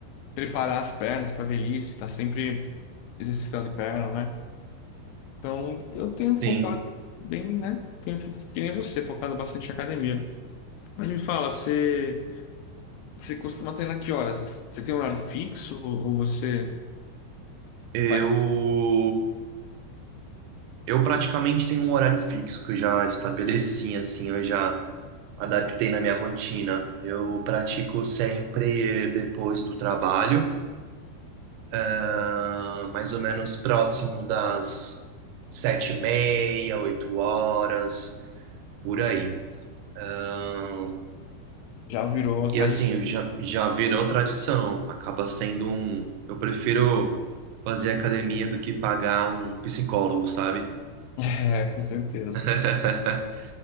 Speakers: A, on the left; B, on the right.
A: preparar as pernas para velhice, tá sempre exercitando perna, né? Então, eu tenho
B: Sim,
A: focado bem, né? Tenho, fo- que nem você, focado bastante em academia. Mas me fala, você, você costuma treinar que horas? Você tem um horário fixo ou, ou você
B: eu...
A: vai,
B: Eu praticamente tenho um horário fixo que eu já estabeleci, assim, eu já adaptei na minha rotina. Eu pratico sempre depois do trabalho. ah, mais ou menos próximo das sete e meia, oito horas, por aí. Ah,
A: já virou uma
B: e
A: tradição?
B: assim,
A: <laughs>
B: já, já virou tradição, acaba sendo um. Eu prefiro fazer academia do que pagar um psicólogo, sabe?
A: É, com certeza.
B: <laughs>